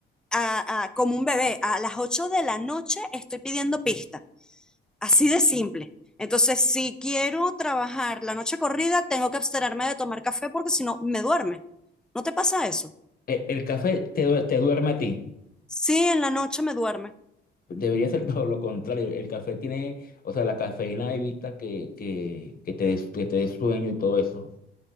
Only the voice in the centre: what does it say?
a- a- como un bebé. A las 8 de la noche estoy pidiendo pista. Así de simple. Entonces, si quiero trabajar la noche corrida, tengo que abstenerme de tomar café porque si no, me duerme. ¿No te pasa eso?
Sí, en la noche me duerme.